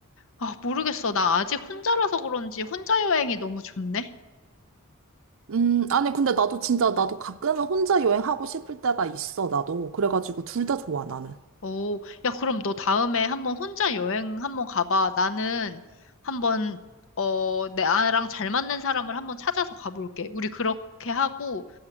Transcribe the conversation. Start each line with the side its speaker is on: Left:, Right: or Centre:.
Left: 아, 모르겠어. 나 아직 혼자라서 그런지 혼자 여행이 너무 좋네.
Right: 음, 아니, 근데 나도 진짜, 나도 가끔은 혼자 여행하고 싶을 때가 있어, 나도. 그래가지고 둘 다 좋아, 나는.
Left: 오, 야, 그럼 너 다음에 한번 혼자 여행 한번 가봐. 나는 한번, 어, 나랑 잘 맞는 사람을 한번 찾아서 가볼게. 우리 그렇게 하고